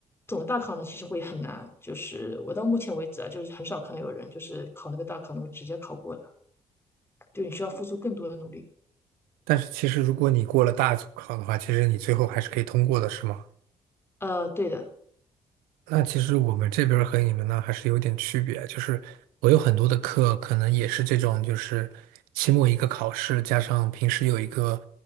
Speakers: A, on the left (about 15°); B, on the right (about 80°).
A: 总的大考呢，其实会很难，就是我到目前为止啊，就是很少看到有人就是考那个大考能够直接考过的，就你需要付出更多的努力。
B: 但是其实如果你过了大组考的话，其实你最后还是可以通过的，是吗？
A: 呃，对的，
B: 那其实我们这边儿和你们呢还是有点区别，就是我有很多的课可能也是这种，就是期末一个考试，加上平时有一个